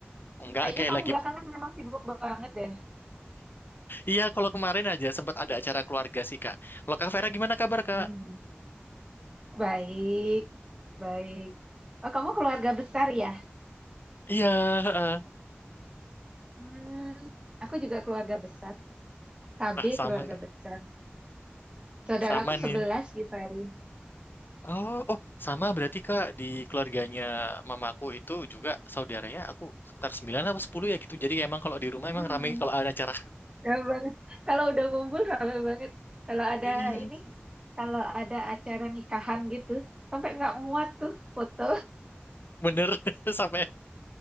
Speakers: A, on the left (about 55°); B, on the right (about 20°).
A: Enggak
B: Kayaknya
A: kayak
B: kamu
A: lagi.
B: belakangan memang sibuk banget deh.
A: Iya, kalau kemarin aja sempat ada acara keluarga sih Kak. Kalau Kak Vera gimana kabar Kak?
B: Hmm, Baik, baik. Oh, kamu keluarga besar ya?
A: Iya, heeh.
B: Hmm, aku juga keluarga besar. KB
A: ah sama
B: keluarga besar. Saudaraku
A: sama nih.
B: 11, Givari.
A: Oh, oh, sama berarti Kak di keluarganya mamaku itu juga saudaranya aku sekitar 9 apa 10 ya gitu. Jadi emang kalau di rumah
B: Hmm,
A: emang ramai kalau ada acara.
B: rame banget. Kalau udah ngumpul rame banget. Kalau ada
A: <laughs>
B: ini, kalau ada acara nikahan gitu, sampai nggak muat tuh foto.
A: bener <laughs> sampai